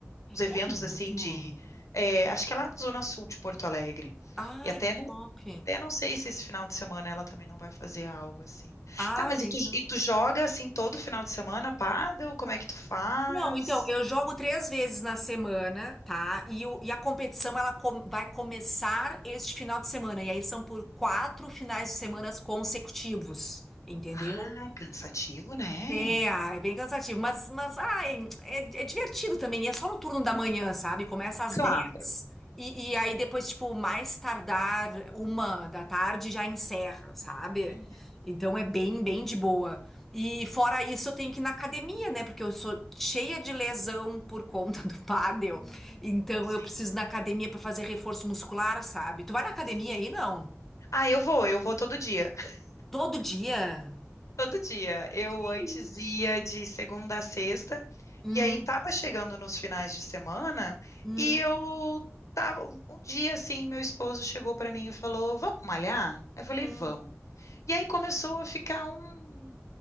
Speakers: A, on the left; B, in the centre.
A: Uns eventos
B: é mesmo?
A: assim de, é, acho que é lá na Zona Sul de Porto Alegre.
B: Ai,
A: E até
B: que
A: não,
B: top.
A: até não sei se esse final de semana ela também não vai fazer algo assim.
B: Ah,
A: Tá, mas
B: legal.
A: e tu, e tu joga assim todo final de semana pádel? Como é que tu faz?
B: Não, então, eu jogo três vezes na semana, tá? E, o- e a competição ela com- vai começar este final de semana. E aí são por quatro finais de semana consecutivos, entendeu?
A: Ah, cansativo, né?
B: É, ah, é bem cansativo, mas, mas ai, é, é divertido também, e é só no turno da manhã, sabe? Começa às
A: Claro.
B: 10 e, e aí depois, tipo, mais tardar uma da tarde já encerra, sabe?
A: Uhum.
B: Então é bem, bem de boa. E fora isso, eu tenho que ir na academia, né? Porque eu sou cheia de lesão por conta <laughs> do pádel.
A: Hum,
B: Então
A: Sim.
B: eu preciso ir na academia para fazer reforço muscular, sabe? Tu vai na academia
A: Sim.
B: aí, não?
A: Ah, eu vou, eu vou todo dia. <laughs>
B: Todo dia?
A: Todo dia. Eu
B: Que
A: antes
B: isso?
A: ia de segunda a sexta,
B: Hum,
A: e aí tava chegando nos finais de semana,
B: hum,
A: e eu tava um dia assim, meu esposo chegou pra mim e falou: "Vamos malhar?" Eu falei:
B: hum.
A: "Vamos". E aí começou a ficar um